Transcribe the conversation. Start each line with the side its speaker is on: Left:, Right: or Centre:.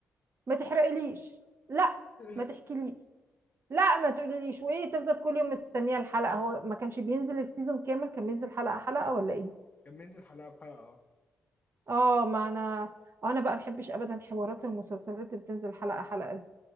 Right: ما تحرقليش لا
Left: <laughs>
Right: ما تحكيليش لا ما تقوليليش وايه تفضل كل يوم مستنيه الحلقه هو ما كانش بينزل السيزون كامل كان بينزل حلقه حلقه ولا ايه
Left: كان بينزل حلقة بحلقة اه
Right: اه ما انا انا بقى ما بحبش ابدا حوارات المسلسلات اللي بتنزل حلقه حلقه دي